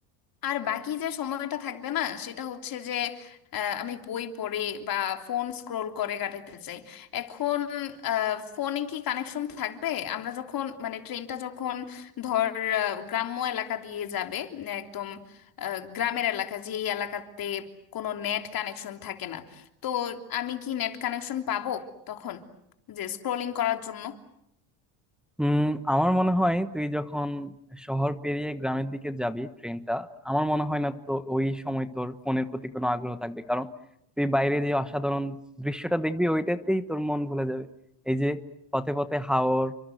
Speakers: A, on the left; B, in the centre.
A: আর বাকি যে সময়টা থাকবে না সেটা হচ্ছে যে আহ, আমি বই পড়ে বা ফোন স্ক্রোল করে কাটাতে চাই এখন আহ, ফোনে কি কানেকশন থাকবে আমরা যখন মানে ট্রেনটা যখন ধর আহ, গ্রাম্য এলাকা দিয়ে যাবে মানে একদম আহ, গ্রামের এলাকা যে এই এলাকাতে কোনো নেট কানেকশন থাকে না তো আমি কি নেট কানেকশন পাবো তখন যে স্ক্রোলিং করার জন্য
B: হুম আমার মনে হয় তুই যখন শহর পেরিয়ে গ্রামের দিকে যাবি ট্রেনটা আমার মনে হয় না তো ওই সময় তোর ফোনের প্রতি কোনো আগ্রহ থাকবে কারণ তুই বাইরে যে অসাধারণ দৃশ্যটা দেখবি ওইটাতেই তোর মন ভুলে যাবে এই যে পথে পথে হাওর